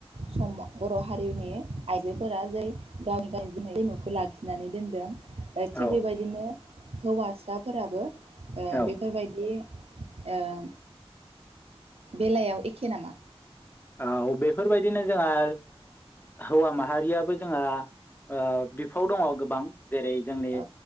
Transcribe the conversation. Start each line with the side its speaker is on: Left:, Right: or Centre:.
Right: सम बर हारिनि आइजोफोरा जे गावनि गाव जोमनाय जमुखौ लाखिनानै दोनदों। <unintelligible> थिग
Left: औ
Right: बेबायदिनो हौवासाफोराबो ओ
Left: औ
Right: बेफोरबायदि ओ बेलायाव एखे नामा?
Left: औ बेफोरबायदिनो जोंहा हौवा माहारियाबो जोंहा ओ बिफाव दङ गोबां। जेरै जोंनि
Right: औ